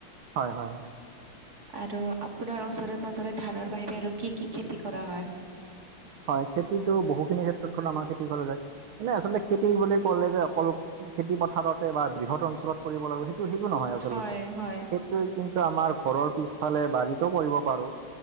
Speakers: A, on the right (about 75°); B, on the right (about 45°).
A: হয় হয়
B: আৰু আপোনাৰ ওচৰে পাজৰে ধানৰ বাহিৰে আৰু কি কি খেতি কৰা হয়?
A: হয়। খেতিটো বহুখিনি ক্ষেত্ৰতখন আমাৰ খেতি ঘৰলৈ যায়। এনে আচলতে খেতি বুলি কলে যে অকল খেতি পথাৰতে বা বৃহৎ অঞ্চলত কৰিব লাগিব সেইটো সেইটো নহয় আচলতে,
B: হয় হয়
A: সেইটোৱে কিন্তু আমাৰ ঘৰৰ পিছফালে বাৰীতো কৰিব পাৰোঁ।